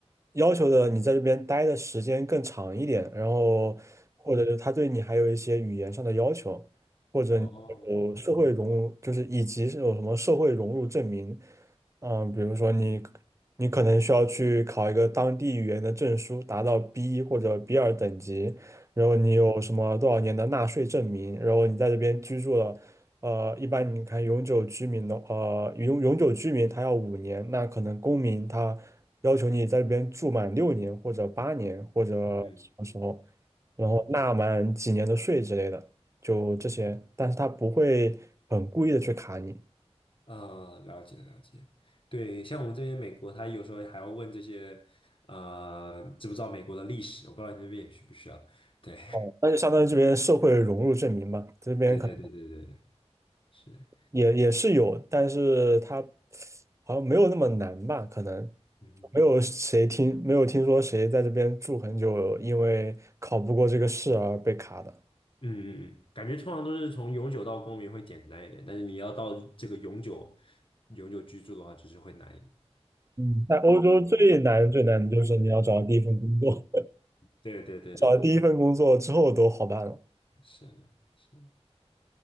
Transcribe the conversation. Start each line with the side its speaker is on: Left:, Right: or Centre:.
Right: 要求的你在这边待的时间更长一点，然后或者是他对你还有一些语言上的要求，或者你有社会融入，
Left: 哦，
Right: 就是以及是有什么社会融入证明，嗯、比如说你你可能需要去考一个当地语言的证书，达到 B1 或者 b 二等级，然后你有什么多少年的纳税证明，然后你在这边居住了。呃，一般你看永久居民的，呃，永永久居民他要五年，那可能公民他要求你在这边住满六年或者八年或者什么时候，
Left: 嗯嗯
Right: 然后纳满几年的税之类的，
Left: 嗯嗯，
Right: 就这些，但是他不会很故意的去卡你，
Left: 呃，了解了解。对，像我们这边美国，他有时候还要问这些，呃，知不知道美国的历史？我不知道你那边也需不需要。对
Right: 哦，那就相当于这边社会融入证明吧，这边可能。
Left: 对对对对对，是。
Right: 也也是有，但是它好像没有那么难吧？可能
Left: 嗯。
Right: 没有谁听，没有听说谁在这边住很久，因为考不过这个试而被卡的。
Left: 嗯嗯嗯，感觉通常都是从永久到公民会简单一点，但是你要到这个永久永久居住的话，就是会难一点。
Right: 嗯，在欧洲最难最难的就是你要找到第一份工作，
Left: 对对对对对，
Right: 找到第一份工作之后都好办了。
Left: 是的是的